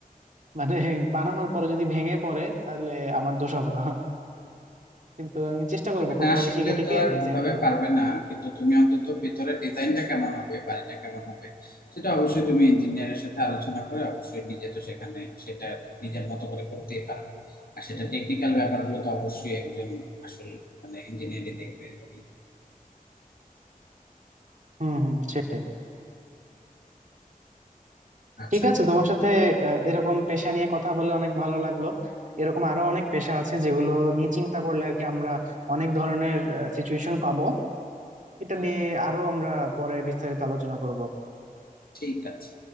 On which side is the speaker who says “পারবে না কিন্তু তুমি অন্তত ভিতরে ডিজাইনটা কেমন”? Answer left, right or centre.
Left